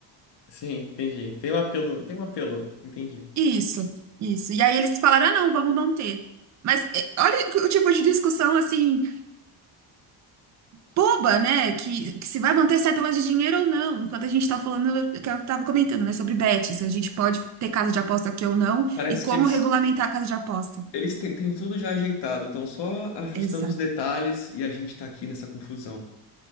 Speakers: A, on the left; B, on the right.
A: Sim, entendi. Tem um apelo, tem um apelo, entendi.
B: Isso, isso. E aí eles falaram, ah, não, vamos não ter. Mas é, olha o tipo de discussão, assim, boba, né? Que, que se vai manter cédula de dinheiro ou não. Enquanto a gente tá falando, que eu tava comentando, né, sobre bet, se a gente pode ter casa de aposta aqui ou não,
A: Parece
B: e como
A: que eles
B: regulamentar a casa de aposta.
A: eles têm, têm tudo já ajeitado, estão só ajustando
B: Exato,
A: os detalhes e a gente tá aqui nessa confusão.